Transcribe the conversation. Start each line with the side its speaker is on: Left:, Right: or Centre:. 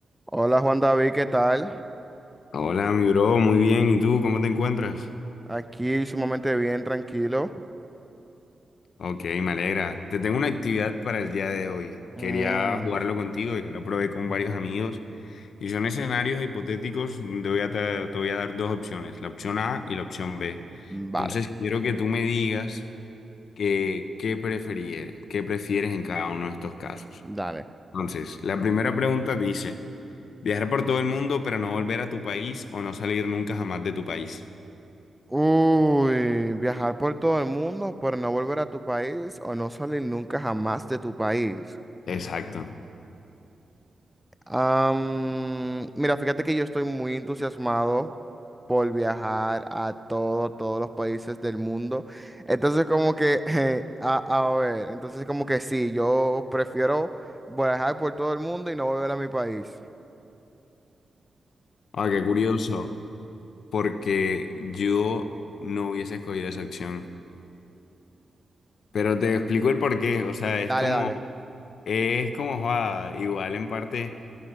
Centre: Hola Juan David, ¿qué tal?
Left: Hola, mi bro, muy bien. ¿Y tú cómo te encuentras?
Centre: Aquí sumamente bien, tranquilo.
Left: Ok, me alegra. Te tengo una actividad para el día de hoy.
Centre: Mm,
Left: Quería jugarlo contigo, ya lo probé con varios amigos. Y son escenarios hipotéticos. Te voy a, tra- te voy a dar dos opciones, la opción A y la opción B.
Centre: vale,
Left: Entonces, quiero que tú me digas que, qué prefieres, qué prefieres en cada uno de estos casos.
Centre: dale.
Left: Entonces, la primera pregunta dice, viajar por todo el mundo pero no volver a tu país o no salir nunca jamás de tu país.
Centre: Uy, viajar por todo el mundo, pero no volver a tu país o no salir nunca jamás de tu país.
Left: Exacto.
Centre: Am, mira, fíjate que yo estoy muy entusiasmado por viajar a todo, todos los países del mundo. Entonces como que, <laughs> eh, a, a ver, entonces como que sí, yo prefiero viajar por todo el mundo y no volver a mi país.
Left: Ah, qué curioso. porque yo no hubiese escogido esa opción. Pero te explico el porqué, o sea,
Centre: Dale,
Left: es como,
Centre: dale.
Left: es como, joda, igual en parte,